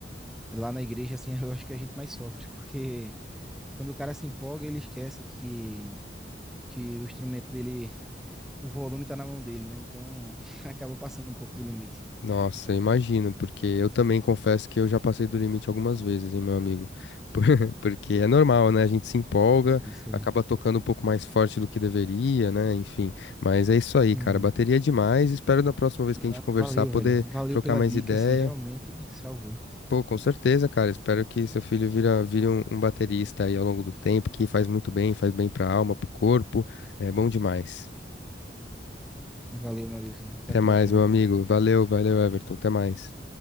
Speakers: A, in the centre; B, on the left (about 70°).
A: lá na igreja, assim, <laughs> eu acho que a gente mais sofre, porque quando o cara se empolga, ele esquece que, que o instrumento dele, o volume tá na mão dele, né? Então, <laughs> acaba passando um pouco do limite.
B: Nossa, imagino, porque eu também confesso que eu já passei do limite algumas vezes, hein, meu amigo? <laughs> Por- Porque é normal, né? A gente se empolga,
A: É isso aí.
B: acaba tocando um pouco mais forte do que deveria, né? Enfim. Mas é isso aí,
A: Uhum.
B: cara. Bateria é demais. Espero na próxima vez
A: Não,
B: que a gente conversar
A: valeu,
B: poder
A: velho. Valeu
B: trocar
A: pela
B: mais
A: dica,
B: ideia.
A: assim, realmente salvou.
B: Pô, com certeza, cara. Espero que seu filho vira, vire um, um baterista aí ao longo do tempo, que faz muito bem, faz bem pra alma, pro corpo. É bom demais.
A: Valeu, Maurício. Até
B: Até
A: a próxima,
B: mais, meu
A: viu?
B: amigo. Valeu, valeu, Everton. Até mais.